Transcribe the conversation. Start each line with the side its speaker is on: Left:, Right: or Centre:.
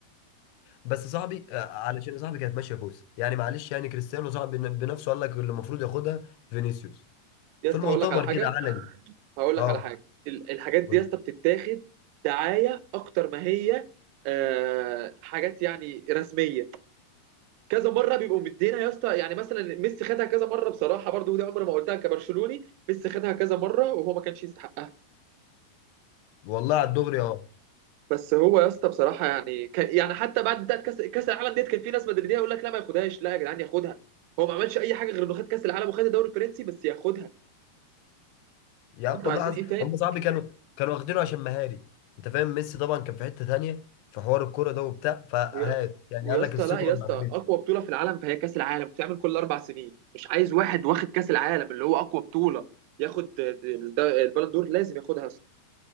Left: بس صاحبي آه، علشان صاحبي كانت ماشيه كويس يعني معلش يعني كريستيانو صاحبي بن- بنفسه قال لك اللي المفروض ياخدها فينيسيوس
Right: يا
Left: في
Right: اسطى
Left: المؤتمر
Right: هقول لك على حاجه
Left: كده علني
Right: هقول لك
Left: اه
Right: على حاجه ال- الحاجات
Left: قول.
Right: دي يا اسطى بتتاخد دعايه اكتر ما هي آه، حاجات يعني رسميه كذا مره بيبقوا مدينا يا اسطى يعني مثلا ميسي خدها كذا مره بصراحه برضو ودي عمري ما قلتها كبرشلوني ميسي خدها كذا مره وهو ما كانش يستحقها
Left: والله على الدغري اه
Right: بس هو يا اسطى بصراحه يعني كان يعني حتى بعد بتاعت كاس كاس العالم ديت كان في ناس مدريديه يقول لك لا ما ياخدهاش لا يا جدعان ياخدها هو ما عملش اي حاجه غير انه خد كاس العالم وخد الدوري الفرنسي بس ياخدها
Left: يا عم
Right: انتوا
Left: والله
Right: عايزين
Left: عز...
Right: ايه تاني
Left: هم صاحبي كانوا كانوا واخدينه عشان مهاري انت فاهم ميسي طبعا كان في حته تانيه في حوار الكوره ده وبتاع فهات
Right: ويا
Left: يعني
Right: ويا
Left: قال
Right: اسطى
Left: لك الصيت
Right: لا يا
Left: ولا
Right: اسطى اقوى بطوله في العالم فهي كاس العالم بتعمل كل اربع سنين مش عايز واحد واخد كاس العالم اللي هو اقوى بطوله ياخد الد- البالون دور لازم ياخدها